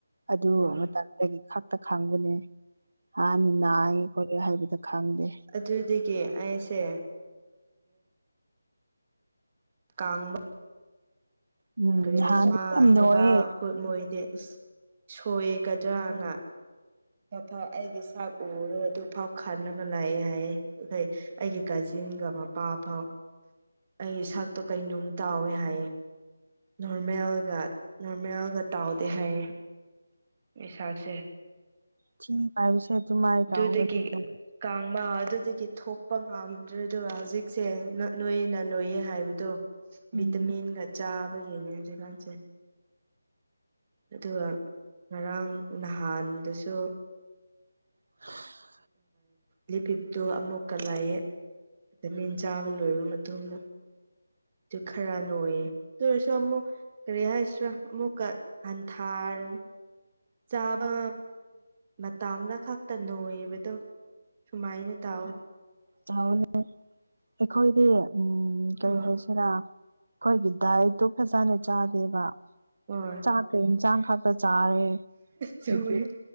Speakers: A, on the right; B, on the right.
A: ꯑꯗꯨ
B: ꯎꯝ
A: ꯃꯇꯝꯒꯤ ꯈꯛꯇ ꯈꯪꯕꯅꯦ ꯍꯥꯟꯅ ꯅꯥꯏꯌꯦꯦ ꯈꯣꯠꯂꯦ ꯍꯥꯏꯕꯗ ꯈꯪꯗꯦ
B: ꯑꯗꯨꯗꯒꯤ ꯑꯩꯁꯦ ꯀ ꯀꯥꯡ
A: ꯎꯝ
B: ꯒ꯭ꯔꯦꯁ
A: ꯅꯍꯥꯟꯗꯤ
B: ꯃꯥ
A: ꯌꯥꯝ ꯅꯣꯏꯌꯦ
B: ꯕꯕꯥ ꯀꯣꯏ ꯃꯣꯏꯗꯤ ꯑ ꯁꯣꯏꯒꯗ꯭ꯔꯅ ꯥꯎ ꯑꯩꯒꯤ ꯆꯥꯛ ꯎꯔꯒ ꯑꯗꯨ ꯐꯥꯎ ꯈꯥꯒ ꯂꯥꯛꯑꯦ ꯍꯥꯏꯌꯦꯦ ꯑꯩꯈꯣꯏ ꯑꯩꯒꯤ ꯀꯥꯖꯤꯟꯒ ꯃꯄꯥ ꯐꯥꯎ ꯑꯩ ꯁꯛꯇꯨ ꯀꯩꯅꯅꯨꯡ ꯇꯥꯎꯋꯦ ꯍꯥꯏꯌꯦ ꯅꯣꯔꯃꯦꯜꯒ ꯅꯣꯔꯃꯦꯜꯒ ꯇꯥꯎꯗꯦ ꯍꯥꯏꯌꯦ ꯃꯤꯁꯥꯁꯦ
A: ꯊꯤ ꯄ ꯍꯥꯏꯕꯁꯦ ꯑꯗꯨ ꯃꯥꯏ
B: ꯑꯗꯨꯗꯒꯤ
A: ꯇꯥꯛꯍꯧꯒꯅꯤ
B: ꯀꯥꯡꯕ ꯑꯗꯨꯗꯒꯤ ꯊꯣꯛꯄ ꯉꯝꯗ꯭ꯔꯦ ꯑꯗꯨꯒ ꯍꯧꯖꯤꯛꯁꯦ ꯅꯣꯏꯌꯦꯅ ꯅꯣꯏꯌꯦ ꯍꯥꯏꯕꯗꯣ ꯚꯤꯇꯥꯃꯤꯟꯒ
A: ꯎꯝ
B: ꯆꯥꯕ ꯌꯦꯡꯉꯦ ꯍꯧꯖꯤꯛꯀꯥꯟꯁꯦ ꯑꯗꯨꯒ ꯉꯔꯥꯡ ꯅꯍꯥꯟꯗꯁꯨ
A: <unintelligible>
B: ꯂꯤꯄꯤꯞꯇꯨ ꯑꯃꯨꯛꯀ ꯂꯥꯛꯑꯦ ꯗ ꯃꯤꯟ ꯆꯥꯕ ꯂꯣꯏꯔꯕ ꯃꯇꯨꯡꯗ ꯑꯗꯨ ꯈꯔ ꯅ ꯑꯣꯏꯌꯦꯦ ꯑꯗꯨ ꯑꯣꯏꯔꯁꯨ ꯑꯃꯨꯛ ꯀꯔꯤ ꯍꯥꯏꯁꯔꯥ ꯑꯃꯨꯛꯀ ꯍꯟꯊꯥꯔ ꯆꯥꯕ ꯃꯇꯥꯅ ꯈꯛꯇ ꯅꯣꯏꯕꯗꯣ ꯁꯨꯃꯥꯏꯅ ꯇꯥꯎꯋꯤ
A: ꯅꯦ ꯑꯩꯈꯣꯏꯗꯤ ꯎꯝ ꯀꯔꯤ
B: ꯍꯣꯏ
A: ꯍꯥꯏꯁ ꯔ ꯑꯩꯈꯣꯏꯒꯤ ꯗꯥꯏꯠꯇꯨ ꯐꯖꯅ ꯆꯥꯗꯦꯕ
B: ꯍꯣꯏ
A: ꯆ ꯀ ꯏꯟ ꯆꯥꯡ ꯈꯇ ꯆꯥꯔꯦ
B: ꯆꯨꯝꯃꯦ
A: ꯑꯗꯒꯤ